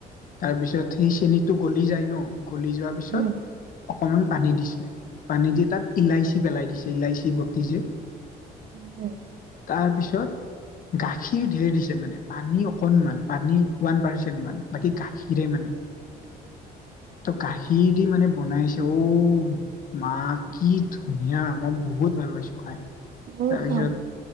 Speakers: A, on the left; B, on the right.
A: তাৰ পিছত সেই চেনীতটো গলি যায় ন গ য পিছত
B: উম
A: অকমান পানী দি পানী দি তাতল উঠি পেলাই দিছে ইলাইচি বৰ্তি যে
B: উম
A: তাৰপিছত গাখীৰ ঢেৰ দিছে মানে পানী অকনমান পানী ওৱান পাৰ্চেণ্ট মান বাকী গাখীৰে মানে <inaudible> ত গাখীৰ দি মানে বনাইছে অঔ মা কি ত ধুনীয়া মমই বহুত ভাল পাইছোঁ খাই
B: ময়ো
A: তাৰপিছত
B: খাম